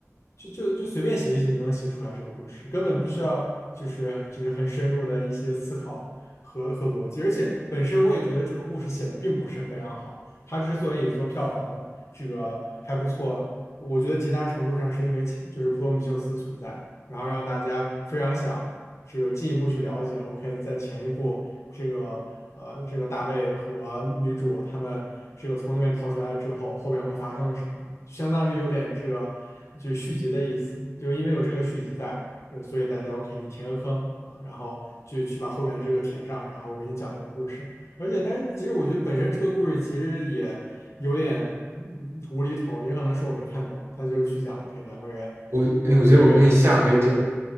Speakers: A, on the left (about 60°); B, on the right (about 55°).
A: 就就就随便写一写就能写出来这个故事，根本不需要就是就是很深入的一些思考。和和逻辑，而且本身我也觉得这个故事写的并不是非常好。它之所以说票房这个还不错，我觉得极大程度上是因为其就是普罗米修斯存在，然后让大家非常想这个进一步去了解。OK，在前一部这个呃这个大卫和女主他们这个从那边逃出来之后，后面会发生了什么，相当于有点这个就续集的意思，就是因为有这个续集在。就所以大家 OK，你填个坑啊，然后去去把后面的这个填上，然后我给你讲一个故事。而且，但是其实我觉得本身这个故事其实也有点嗯无厘头，也可能是我没看懂。他就是去讲 OK，两个人，
B: 我我觉得我们可以下回就
A: 我一个人和一个仿生人。